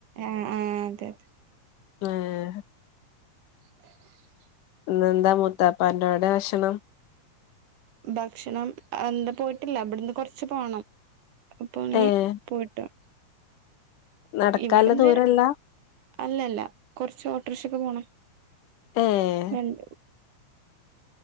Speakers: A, on the right (about 75°); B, on the left (about 85°).
A: ആഹ് ആഹ് അതെ അതെ
B: ആഹ്
A: <inaudible>
B: ഇന്നേന്താ മൂത്താപ്പാന്റെടെ ഭക്ഷണം
A: ഭക്ഷണം എന്താ പോയിട്ടില്ല ഇവിടുന്ന് കൊറച്ച് പോണം അപ്പൊ നീ
B: ഏഹ്
A: പോയിട്ടു
B: നടക്കാല്ല
A: ഇവിടെന്ന്
B: ദൂരല്ല
A: അല്ലല്ല കൊറച്ച് ഓട്ടോറിക്ഷക്കെ പോണം
B: ഏഹ്
A: ന <unintelligible>